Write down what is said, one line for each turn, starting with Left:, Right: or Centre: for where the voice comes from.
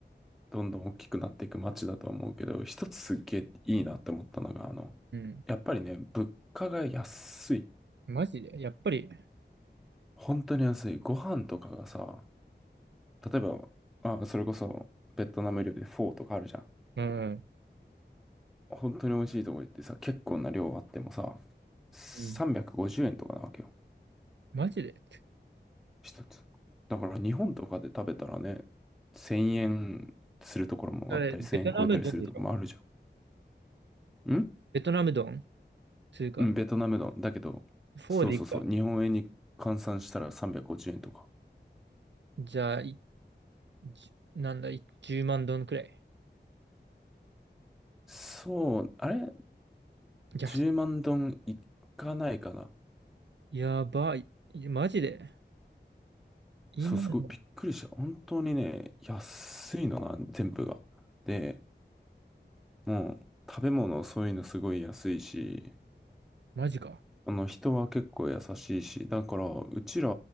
Centre: どんどん大きくなっていく街だとは思うけど、一つすっげえいいなって思ったのが、あの、
Right: うん。
Centre: やっぱりね、物価が安い。
Right: マジでやっぱり、
Centre: 本当に安い。ご飯とかがさ、例えば、まあ、それこそベトナム料理でフォーとかあるじゃん。
Right: うん。
Centre: 本当に美味しいとこ行ってさ、結構な量あってもさ、350円とかなわけよ。
Right: うんマジで
Centre: 一つ。だから日本とかで食べたらね、1000円するところもあったり、
Right: あれ、ベトナムドンでしょ
Centre: 1000円超えたりするところもあるじゃん。ん
Right: ベトナムドンつうか、
Centre: うん、ベトナムの。だけど、
Right: フォーでいくか。
Centre: そうそうそう、日本円に換算したら350円とか。
Right: じゃあ、い、じなんだ、い10万ドンくらい。
Centre: そう、あれ
Right: や、
Centre: ?10 万ドンいかないかな。
Right: やばい。いやマジで今の、
Centre: そう、すごいびっくりした。本当にね、安いのな、全部が。で、もう、食べ物、そういうのすごい安いし、
Right: マジか。
Centre: あの、人は結構優しいし、だから、うちら、